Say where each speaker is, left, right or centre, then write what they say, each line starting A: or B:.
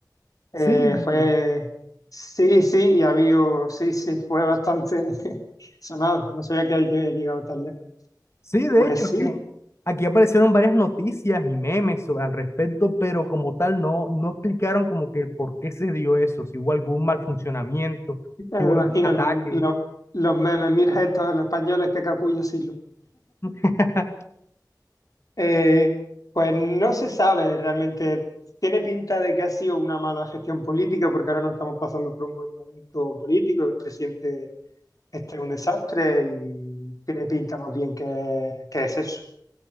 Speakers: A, on the left (about 55°); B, on the left (about 40°).
A: Eh,
B: Sí,
A: fue, sí, sí, y había, sí, sí, fue bastante <laughs> sonado. No sabía que había llegado tan lejos.
B: Sí, de
A: Pues
B: hecho,
A: sí,
B: que aquí aparecieron varias noticias y memes sobre al respecto, pero como tal no, no explicaron como que por qué se dio eso, si hubo algún mal funcionamiento,
A: Eh, me
B: si hubo
A: imagino
B: algún ataque.
A: los, los, los memes, mira estos, los españoles, que capullo Silo.
B: <laughs>
A: Eh, pues no se sabe realmente. Tiene pinta de que ha sido una mala gestión política, porque ahora no estamos pasando por un buen momento político. El presidente este es un desastre y tiene pinta más bien que, que es eso.